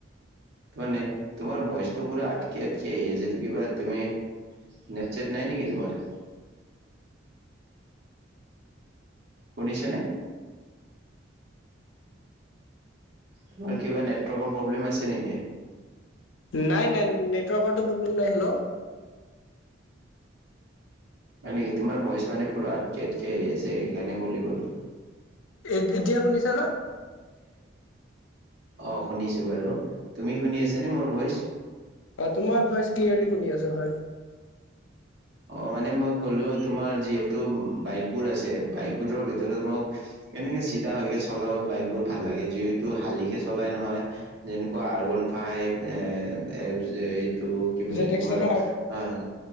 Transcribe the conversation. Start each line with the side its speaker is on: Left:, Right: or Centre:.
Right: তোমাৰ নে তোমাৰ বয়চটো পুৰা আটকি- আটকি আহি আছে এটো কিবা তুমি নেত -ছেট নাই নেকি তোমাৰ? শুনিছেনে? তোমাৰ কিবা নেটৱৰ্কৰ প্ৰব্লেম আছে নেকি?
Left: নাই -নাই নেটৱৰ্কৰটো প্ৰব্লেম নাই হেল্ল।
Right: হয় নেকি তোমাৰ ভইচ মানে পুৰা আটকি- আটকি আহি আছে সেইকাৰণে বুলি কলো।
Left: এ এতিয়া শুনিছো ন',
Right: অহ শুনিছো বাৰু তুমি শুনি আছ নে মোৰ ভইচ।
Left: অহ, তোমাৰ ভইচ ক্লিয়াৰলি শুনি আছো হয়।
Right: অহ, মানে মই ক'লো তোমাৰ যিহেতু বাইকবোৰ আছে বাইকবোৰৰ ভিতৰত মোক এনেকে চিধা হৈকে চলাও বাইক বোৰ ভাল লাগে যিহেতু শালিকে চলাই নহয় যেনেকুৱা আৰবান ফাই এ আফজে এইটো কি বুলি
Left: জেট
Right: তোমাৰ
Left: এক্সেল
Right: হয়।